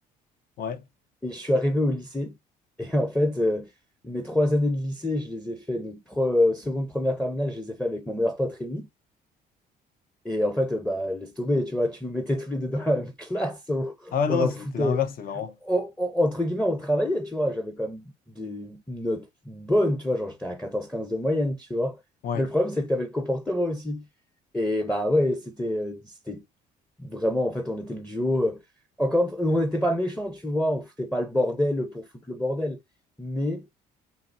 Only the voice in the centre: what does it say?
Et je suis arrivé au lycée et en fait, euh, mes trois années de lycée, je les ai fait, donc pre- seconde, première, terminale, je les ai fait avec mon meilleur pote Rémi. Et en fait, euh, bah, laisse tomber, tu vois, tu nous mettais tous les deux dans la même classe, on,
on en
foutait.
On- on- entre guillemets, on travaillait, tu vois. J'avais quand même des notes bonnes, tu vois, genre j'étais à quatorze, quinze de moyenne, tu vois.
Mais le problème, c'est que tu avais le comportement aussi. Et bah ouais, c'était euh, c'était vraiment, en fait, on était le duo. euh, encore, on n'était pas méchants, tu vois, on foutait pas le bordel pour foutre le bordel. Mais